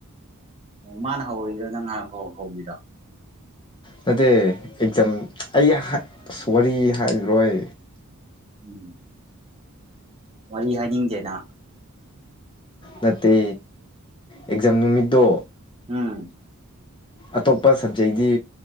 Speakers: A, on the right; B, on the left.
A: ꯑꯣ ꯃꯥꯅ ꯍꯧꯔꯤꯔꯣ ꯅꯪ ꯍꯥꯟ ꯍꯧꯕꯤꯔꯣ
B: ꯅꯠꯇꯦ ꯑꯦꯛꯖꯝ ꯑꯩ ꯍꯥꯏ ꯋꯥꯔꯤ ꯍꯥꯏꯔꯔꯣꯏ
A: ꯎꯝ ꯋꯥꯔꯤ ꯍꯥꯏꯅꯤꯡꯗꯦꯅ
B: ꯅꯠꯇꯦ ꯑꯦꯛꯖꯥꯝ ꯅꯨꯃꯤꯠꯇꯣ
A: ꯑ
B: ꯑꯇꯣꯞꯄ ꯁꯕꯖꯦꯛꯒꯤ